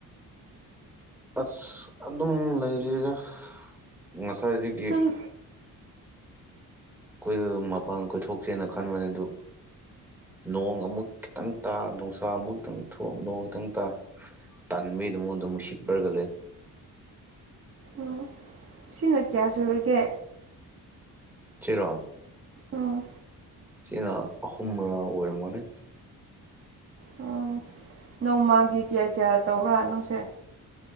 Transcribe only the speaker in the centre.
ꯑꯁ ꯑꯗꯨꯝ ꯂꯩꯔꯤꯗ ꯉꯁꯥꯏꯗꯒꯤ
ꯀꯣꯏꯗ ꯃꯄꯥꯟ ꯀꯣꯏꯊꯣꯛꯁꯦꯅ ꯈꯟꯕꯅꯤ ꯑꯗꯨ ꯅꯣꯡ ꯑꯃꯨꯛ ꯈꯤꯇꯪ ꯇꯥ ꯅꯨꯡꯁꯥ ꯑꯃꯨꯛ ꯈꯤꯇꯪ ꯊꯣꯛ ꯅꯣꯡ ꯈꯤꯇꯪ ꯇꯥ ꯇꯟꯕꯤꯗꯨꯃ ꯑꯗꯨꯝ ꯁꯤꯠꯄ꯭ꯔꯒꯜꯂꯦ
ꯁꯤꯔꯣ
ꯁꯤꯅ ꯑꯍꯨꯝꯔꯛ ꯑꯣꯏꯔꯝꯒꯅꯤ